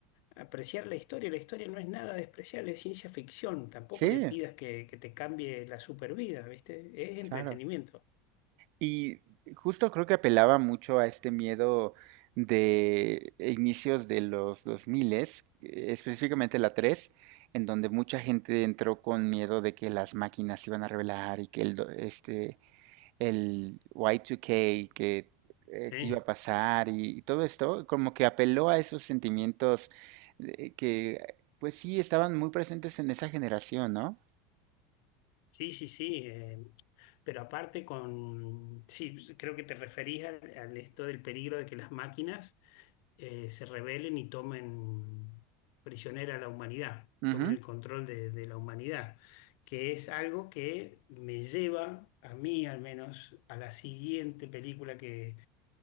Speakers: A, on the left; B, on the right.
A: apreciar la historia. La historia no es nada despreciable, es ciencia ficción. Tampoco
B: sí,
A: le pidas que, que te cambie la supervida, ¿viste? Es entretenimiento.
B: claro. Y justo creo que apelaba mucho a este miedo de inicios de los 2000, específicamente la 3, en donde mucha gente entró con miedo de que las máquinas se iban a revelar y que el, do- este, el Y2K, que, eh,
A: Sí.
B: que iba a pasar y, y todo esto, como que apeló a esos sentimientos eh, que, pues sí, estaban muy presentes en esa generación, no
A: Sí, sí, sí. eh, pero aparte con, sí, creo que te referís al, al esto del peligro de que las máquinas eh, se rebelen y tomen prisionera a la humanidad,
B: Ujú,
A: tomen el control de, de la humanidad, que es algo que me lleva, a mí al menos, a la siguiente película que